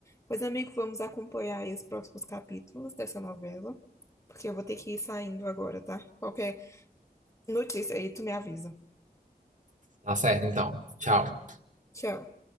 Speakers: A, on the left; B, on the right.
A: Pois, amigo, vamos acompanhar aí os próximos capítulos dessa novela, porque eu vou ter que ir saindo agora, tá? Qualquer notícia aí, tu me avisa.
B: Tá certo, então. Tchau.
A: Tchau.